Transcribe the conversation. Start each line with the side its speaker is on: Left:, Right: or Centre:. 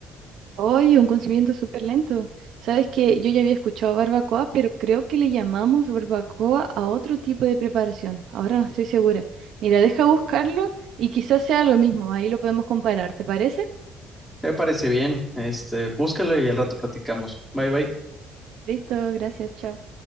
Right: Oye, un conocimiento súper lento. Sabes que yo ya había escuchado barbacoa, pero creo que le llamamos barbacoa a otro tipo de preparación. Ahora no estoy segura. Mira, deja buscarlo y quizás sea lo mismo. Ahí lo podemos comparar. ¿Te parece?
Centre: Me parece bien, este, búscalo y al rato platicamos. Bye, bye.
Right: Listo, gracias, chao.